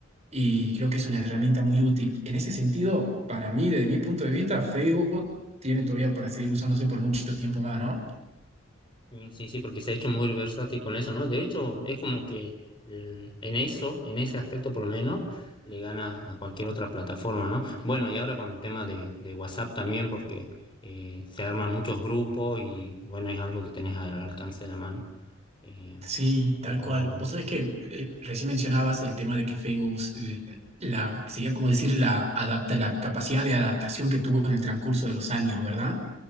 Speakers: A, on the right (about 35°); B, on the left (about 25°).
A: y creo que es una herramienta muy útil. En ese sentido, para mí, desde mi punto de vista, Facebook tiene todavía para seguir usándose por mucho tiempo más, ¿no?
B: Sí, sí, sí, porque se ha hecho muy versátil con eso, ¿no? De hecho, es como que eh, en eso, en ese aspecto por lo menos, le gana a cualquier otra plataforma, ¿no? Bueno, y ahora con el tema de, de WhatsApp también, porque eh, se arman muchos grupos y bueno, es algo que tenés al alcance de la mano. Eh,
A: Sí, tal
B: pero
A: cual. Vos sabés que eh, recién mencionabas el tema de que Facebook eh, la, sería como decir la, adapta, la capacidad de adaptación que tuvo en el transcurso de los años, ¿verdad?